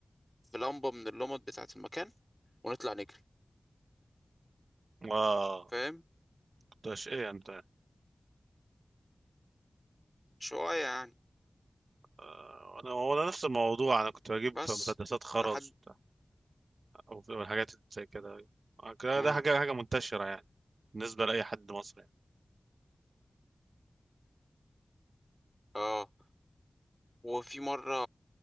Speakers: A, in the centre; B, on the right.
A: في لمبة من اللمبات بتاعة المكان ونطلع نجري
B: اه
A: فاهم
B: كنت ايش ايه انت
A: شوية يعني
B: آه، انا هو نفس الموضوع انا كنت بجيب
A: بس
B: مسدسات خرز
A: لحد
B: وبتاع، او أو الحاجات زي كده آه، كده-
A: مم.
B: ده حاجه حاجه منتشره يعني بالنسبه لاي حد مصري يعني
A: اه وفي مرة